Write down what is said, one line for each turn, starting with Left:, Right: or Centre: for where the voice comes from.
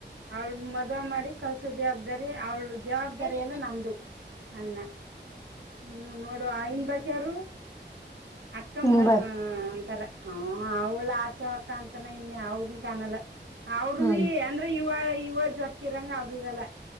Right: ಅವ್ಳ ಮದುವ ಮಾಡಿ ಕಲ್ಸ ಜವಾಬ್ದಾರಿ ಅವ್ಳು ಜವಾಬ್ದಾರಿ
Left: ಹ್ಮ್
Right: ಎಲ್ಲ ನಂದು ಅನ್ನ ಹ್ಮ್ ನೋಡು <unintelligible> ಅತ್ಕ
Left: ಹ್ಮ್ ಬ
Right: ಅಂತಾರೆ ಅವಳ ಆಚೆಕಂತ ನ ಇನ್ನೆ ಅವ್ರನ ಕಾಣಲ್ಲ ಅವರು
Left: ಹ್ಮ್
Right: ಭ ಅಂದ್ರೆ ಇವ ಇವ ಜೊತ್ಗಿರಂಗ ಅವ್ರ ಇರಲ್ಲ.